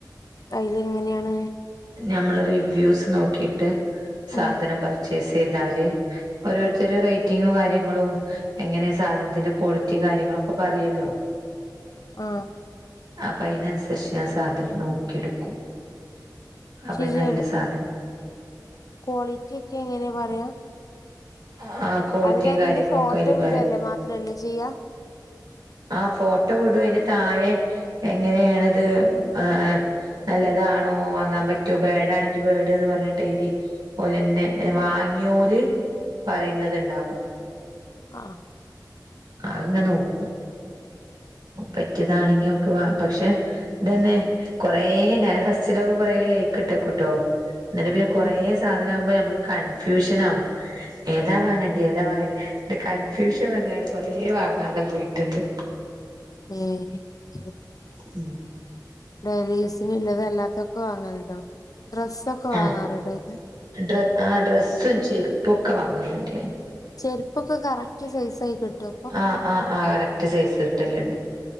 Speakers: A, on the left; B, on the right.
A: അയ്ല് എങ്ങനെയാണ്.
B: ഞമ്മള് റിവ്യൂസ് നോക്കിയിട്ട് സാധനം
A: ഉം
B: പർച്ചേസ് ചെയ്താല് ഓരോരുത്തരു റേറ്റ് റ്റും കാര്യങ്ങളും എങ്ങനെ സാധനത്തിന്റെ ക്വാളിറ്റി കാര്യങ്ങളൊക്കെ പറയല്ലോ
A: ആ
B: അപ്പൊ അതിനനുസരിച്ച് ഞൻ സാധനം നോക്കിയെടുക്കും അപ്പൊ
A: ശരിയല്ല
B: നല്ല സാധനം
A: ക്വാളിറ്റി ഒക്കെ എങ്ങനെയാ പറയാം
B: ആ ആ ക്വാളിറ്റിയും
A: അവര് അതിന്റെ
B: കാര്യങ്ങളൊക്കെ
A: ഫോട്ടോ
B: അതില്
A: വീഡല്ലേ
B: പറയും
A: മാത്രല്ലേ ചെയ്യ
B: ആ ഫോട്ടോ വിടും അതിന്റെ താഴെ എങ്ങനെയണത് ആ നല്ലതാണോ വാങ്ങാൻ പറ്റോ ബാടാണെങ്കി ബാട് എന്ന് പറഞ്ഞിട്ടെ എഴുതി ലെന്നെ വാങ്ങിയോല് പറയുന്നത്ണ്ടാവും
A: ആഹ
B: ആങ്ങനെ നോക്കും പറ്റിയതാണെങ്കി നമുക്ക് വാ പക്ഷെ ഇന്നെന്നെ കൊറെേ ഞൻ ഫസ്റ്റിലൊക്കെ കൊറ ലൈക്ക് ഇട്ടോക്കട്ടോ ന്നിട്ട് പിന്നെ
A: ഉം
B: കൊറേ സാധനംമാകുമ്പോ നമുക്ക് കൺഫ്യൂഷൻ ആകും ഏതാ വാങ്ങേണ്ടി താ വാങ്ങണ്ടി കൺഫ്യൂഷൻ വന്നാണ് കൊറെ വാങ്ങാതെ പോയിട്ടുണ്ട്
A: <unintelligible>
B: ഉം
A: ഡെയിലി യൂസിനള്ളത് അല്ലാത്തൊക്കെ വാങ്ങൽല്ലോ ഡ്രസ്സൊക്കെ വാങ്ങാറുണ്ടൊ
B: ആഹ്
A: അയിന്ന്
B: ഡ്ര ആ ഡ്രസ്സും ചെരുപ്പൊക്കെ വാങ്ങല് ണ്ട്
A: ചെരുപ്പൊക്കെ കറക്റ്റ് സൈസ ആയി കിട്ടൊ
B: ആ് ആ ആ കറക്റ്റ് സൈസ് കിട്ടുന്നുണ്ട്